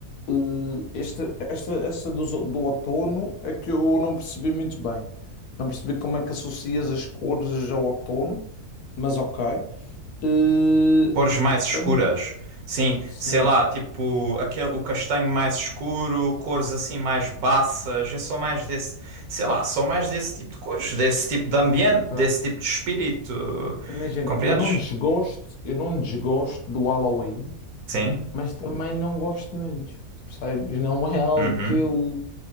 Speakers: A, on the left; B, on the right.
A: eh, esta, esta, essa do, zo- do outono é que eu não percebi muito bem. Não percebi como é que associas as cores ao outono, mas ok. Eh,
B: Cores mais escuras.
A: a nível-
B: Sim,
A: Sim,
B: sei lá, tipo aquele, o castanho mais escuro, cores assim mais baças, é só mais desse, sei lá, só mais desse tipo de cores, desse tipo de ambiente,
A: ok.
B: desse tipo de espírito.
A: Imagina,
B: Compreendes?
A: eu não desgosto, eu não desgosto do Halloween.
B: Sim.
A: mas também não gosto muito, percebes? Não é algo
B: Uhum.
A: que eu,